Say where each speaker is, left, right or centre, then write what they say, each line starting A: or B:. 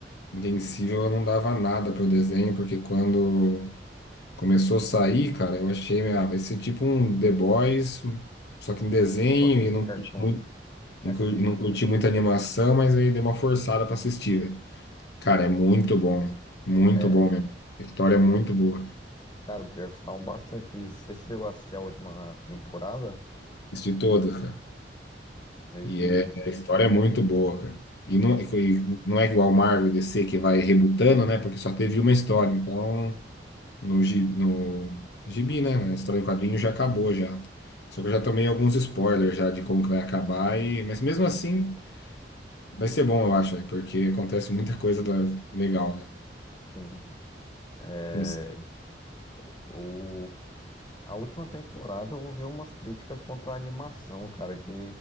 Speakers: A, on the left (about 65°); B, on the left (about 25°).
A: Invencível eu não dava nada pro desenho, porque quando começou a sair, cara, eu achei, ah, vai ser tipo um The Boys, só que em desenho,
B: só que
A: e não
B: Cartoon.
A: curti muito,
B: né?
A: e cur- não curti muita animação, mas aí dei uma forçada pra assistir, velho. Cara, é muito bom, muito
B: É,
A: bom mesmo. A história é muito boa.
B: Cara, pior que falam bastante isso. Você chegou a assistir a última temporada?
A: Assisti todas, cara.
B: Aí,
A: E é, a história é muito boa, cara. E não, é, e não é igual Marvel e DC que vai rebutando, né? Porque só teve uma história, então. no, gi- no gibi, né? Na história em quadrinho já acabou já. Só que eu já tomei alguns spoilers já de como que vai acabar, e... mas mesmo assim vai ser bom, eu acho, velho, porque acontece <laughs> muita coisa da- legal, né?
B: enfim, é,
A: Não sei.
B: o, a última temporada eu ouvi umas críticas quanto à animação, cara, que